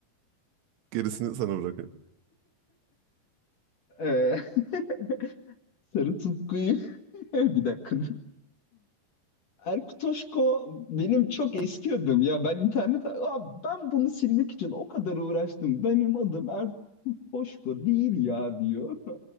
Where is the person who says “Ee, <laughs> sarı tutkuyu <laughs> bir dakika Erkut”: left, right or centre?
Left